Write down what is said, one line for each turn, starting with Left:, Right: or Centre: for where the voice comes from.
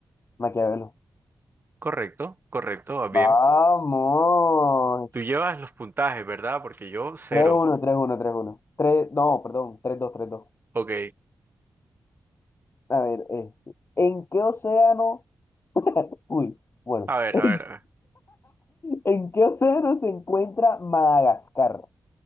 Left: Maquiavelo.
Right: Correcto, correcto, va bien.
Left: Vamos.
Right: Tú llevas los puntajes, ¿verdad? Porque yo cero.
Left: tres uno tres uno tres uno tres no, perdón, tres dos tres dos
Right: Ok,
Left: A ver, eh, ¿en qué océano? Uy, bueno.
Right: a ver,
Left: <laughs>
Right: a ver, a ver.
Left: ¿En qué océano se encuentra Madagascar?